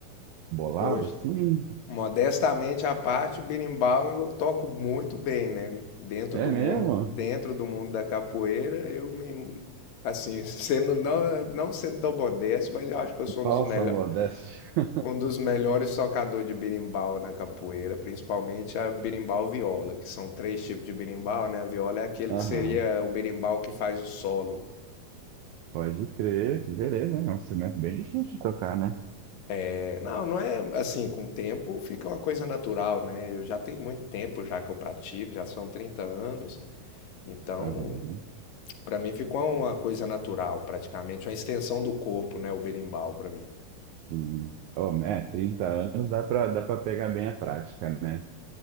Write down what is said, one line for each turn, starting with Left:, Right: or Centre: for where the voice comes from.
Right: bolado
Left: Poxa,
Right: assim?
Left: modestamente à parte, berimbau eu toco muito bem, né? Dentro
Right: É
Left: do
Right: mesmo?
Left: mundo, dentro do mundo da capoeira, eu me assim, <laughs> sendo não não sendo tão modesto, mas eu acho que eu sou
Right: Falsa
Left: um dos melhores
Right: modéstia.
Left: Um dos melhores tocadores de berimbau na capoeira, principalmente a berimbau viola, que são três tipos de berimbau, né? A viola é aquele
Right: Aham,
Left: que seria o berimbau que faz o solo.
Right: pode crer, que beleza, hein? É um instrumento bem difícil de tocar, né?
Left: É, não, não é assim, com o tempo fica uma coisa natural, né? Eu já tenho muito tempo já que eu pratico, já são 30 anos, então
Right: Aham,
Left: para mim ficou uma coisa natural, praticamente uma extensão do corpo, né, o berimbau para mim.
Right: sim. Oh, é, Trinta anos dá pra, dá pra pegar bem a prática, né?